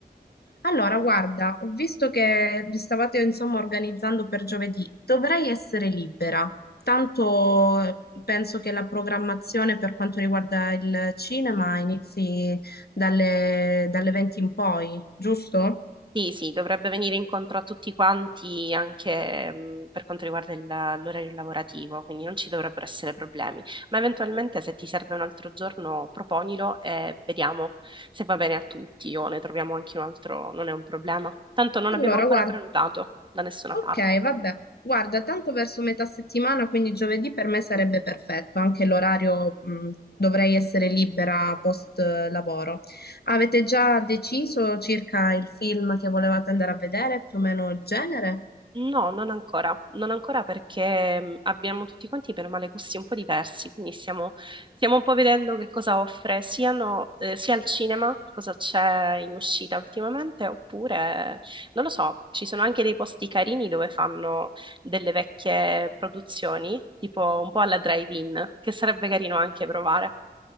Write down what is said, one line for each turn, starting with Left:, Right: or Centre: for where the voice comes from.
Left: Allora, guarda, ho visto che vi stavate insomma organizzando per giovedì. Dovrei essere libera. Tanto eh, penso che la programmazione per quanto riguarda il cinema inizi dalle, dalle 20 in poi, giusto?
Right: Sì, sì, dovrebbe venire incontro a tutti quanti anche mh, per quanto riguarda il- l'orario lavorativo, quindi non ci dovrebbero essere problemi. Ma eventualmente se ti serve un altro giorno, proponilo e vediamo se va bene a tutti o ne troviamo anche un altro, non è un problema. Tanto non
Left: Allora,
Right: abbiamo ancora
Left: guarda.
Right: prenotato da nessuna
Left: Ok,
Right: parte.
Left: vabbè. Guarda, tanto verso metà settimana, quindi giovedì per me sarebbe perfetto, anche l'orario, mh, dovrei essere libera post eh, lavoro. Avete già deciso circa il film che volevate andare a vedere, più o meno il genere?
Right: No, non ancora, non ancora perché mh, abbiamo tutti quanti per male gusti un po' diversi, quindi stiamo, stiamo un po' vedendo che cosa offre siano, eh, sia al cinema, cosa c'è in uscita ultimamente, oppure, non lo so, ci sono anche dei posti carini dove fanno delle vecchie produzioni, tipo un po' alla drive-in, che sarebbe carino anche provare.